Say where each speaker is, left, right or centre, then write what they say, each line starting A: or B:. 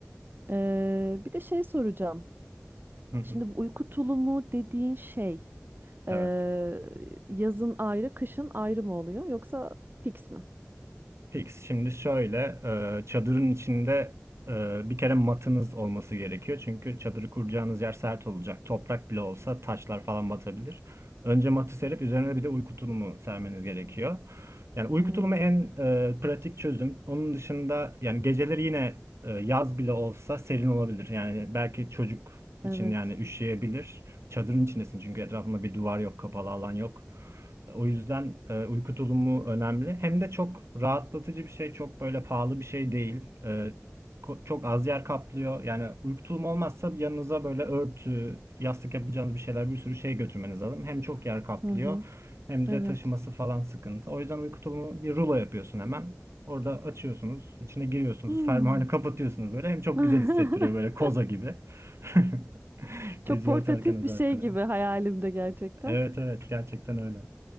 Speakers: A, on the right; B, on the right.
A: Ee, bir de şey soracağım.
B: Hı hı.
A: Şimdi bu uyku tulumu dediğin şey
B: Evet.
A: ee, yazın ayrı, kışın ayrı mı oluyor yoksa fix mi?
B: Fix. Şimdi şöyle e, çadırın içinde e, bir kere matınız olması gerekiyor. Çünkü çadırı kuracağınız yer sert olacak. Toprak bile olsa taşlar falan batabilir. Önce matı serip üzerine bir de uyku tulumu sermeniz gerekiyor. Yani uyku
A: Hmm,
B: tulumu en e, pratik çözüm. Onun dışında yani geceleri yine e, yaz bile olsa serin olabilir. Yani belki çocuk için
A: evet.
B: yani üşüyebilir. Çadırın içindesin çünkü etrafında bir duvar yok, kapalı alan yok. O yüzden e, uyku tulumu önemli. Hem de çok rahatlatıcı bir şey, çok böyle pahalı bir şey değil. E, çok az yer kaplıyor. Yani uyku tulumu olmazsa yanınıza böyle örtü, yastık yapacağınız bir şeyler, bir sürü şey götürmeniz lazım. Hem çok yer kaplıyor,
A: Hı hı,
B: hem
A: evet.
B: de taşıması falan sıkıntı. O yüzden uyku tulumu bir rulo yapıyorsun hemen. Orada açıyorsunuz, içine giriyorsunuz,
A: Hmm.
B: fermuarını <laughs> kapatıyorsunuz böyle. Hem çok
A: <laughs>
B: güzel hissettiriyor böyle koza gibi. <laughs>
A: Çok
B: Gece
A: portatif
B: yatarken özellikle.
A: bir şey gibi hayalimde gerçekten.
B: Evet evet gerçekten öyle.